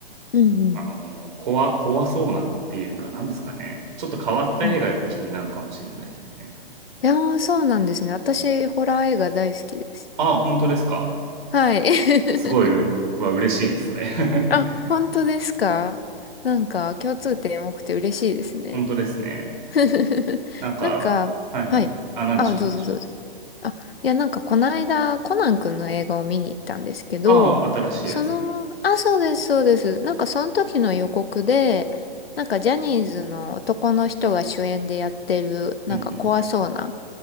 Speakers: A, on the left; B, on the right.
A: うんうん
B: あの、怖、怖そうなっていうか、なんですかね。ちょっと変わった映画が気になるかもしれないですね。
A: うん。いやー、そうなんですね。私、ホラー映画大好きです。
B: ああ、本当ですか。
A: はい。<laughs>
B: すごい、う僕は嬉しいです、それ <laughs>
A: あ、本当ですかなんか共通点多くて嬉しいですね。
B: 本当ですね。
A: <laughs>
B: なんか、
A: なんか、
B: はいはい。
A: はい。
B: あ、なんでしょう、
A: あ、どうぞどうぞ。
B: なんでしょう。
A: あ、いや、なんかこの間、コナン君の映画を見に行ったんですけど、
B: ああ、新しいやつ。
A: その、あ、そうです、そうです。なんかその時の予告で、なんかジャニーズの男の人が主演でやってる、なんか怖そうな
B: うん